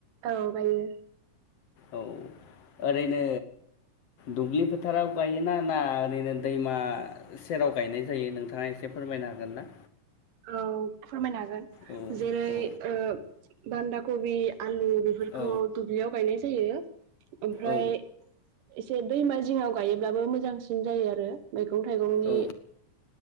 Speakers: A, on the right; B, on the left.
A: औ गायो
B: औ ओरैनो दुब्लि फोथाराव गायोना ना ओरैनो दैमा सेराव गायनाय जायो नोंथाङा एसे फोरमायनो हागोन ना
A: औ फोरमायनो हा गोन
B: औ
A: जेरै
B: औ
A: ओ बान्दा कबि आलु बेफोरखौ
B: औ
A: दुब्लियाव गायनाय जायो ओमफ्राय
B: औ
A: एसे दैमा जिंआव गायो। बाबो मोजांसिन जायो आरो। आरो मैगं थाइगंनि
B: औ